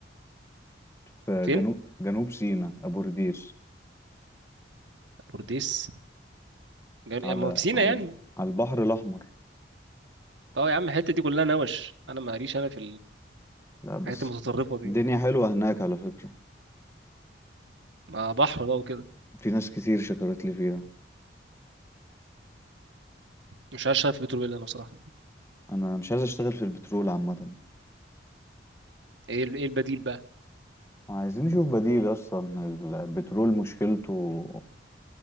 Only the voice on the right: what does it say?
فين
بورديس جن-
ما هو في سينا
يعني
طب يا عم الحته دي كلها نوش انا ماليش انا في
الحاجات المتطرفه دي
ما بحر بقى وكده
مش عارف شايف بيتر بيلا انا بصراحه
ايه ال- ايه البديل بقى